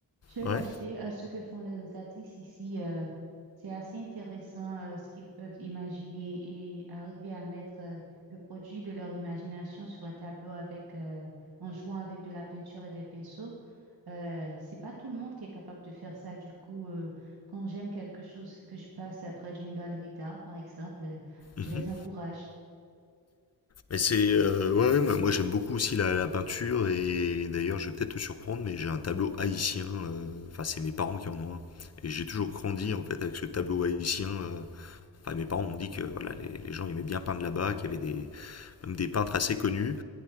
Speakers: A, on the right; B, on the left.
A: j'aime
B: Ouais.
A: acheter euh, ce que font les artistes ici. euh, c'est assez intéressant euh, ce qu'ils peuvent imaginer et arriver à mettre euh, le produit de leur imagination sur un tableau avec, euh, en jouant avec de la peinture et des pinceaux. Euh, c'est pas tout le monde qui est capable de faire ça. Du coup, euh, quand j'aime quelque chose que je passe près d'une galerie d'art, par exemple, euh,
B: Mhm.
A: je les encourage.
B: Mais c'est. euh, ouais, ouais, moi, moi, j'aime beaucoup aussi la, la peinture et d'ailleurs je vais peut-être te surprendre, mais j'ai un tableau haïtien. euh, Enfin, c'est mes parents qui en ont un. Et j'ai toujours grandi en fait avec ce tableau haïtien. euh, Enfin, mes parents ont dit que voilà, les, les gens aimaient bien peindre là-bas, qu'il y avait des, même des peintres assez connus.